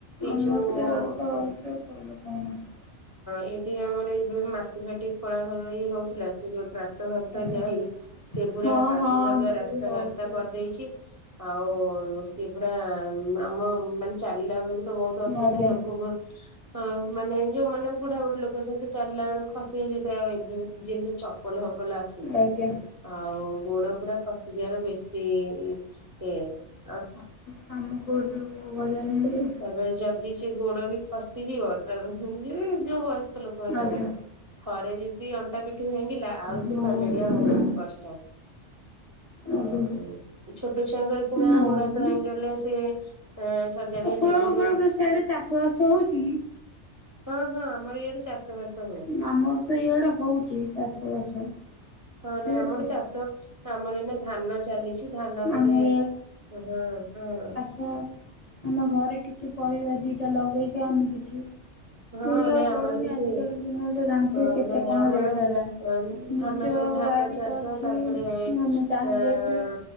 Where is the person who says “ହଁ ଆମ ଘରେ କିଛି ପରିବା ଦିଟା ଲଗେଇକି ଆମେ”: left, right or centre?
Left